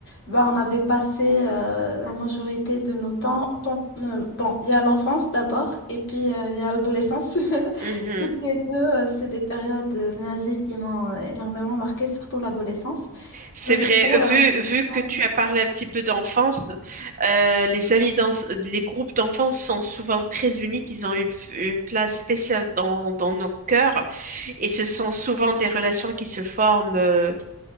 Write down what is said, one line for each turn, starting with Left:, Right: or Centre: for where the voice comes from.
Left: bah, on avait passé euh, la majorité de nos temps. pen- euh, bon, il y a l'enfance d'abord, et puis euh, il y a l'adolescence. <laughs>
Right: Mhm.
Left: Toutes les deux, euh, c'est des périodes de ma vie qui m'ont euh, énormément marquée, surtout l'adolescence.
Right: C'est
Left: Bah,
Right: vrai,
Left: du coup, euh,
Right: vu, vu que
Left: ouais,
Right: tu as parlé un petit peu d'enfance, euh, les amis dans, les groupes d'enfance sont souvent très uniques, ils ont une, une place spéciale dans, dans nos cœurs et ce sont souvent des relations qui se forment. euh,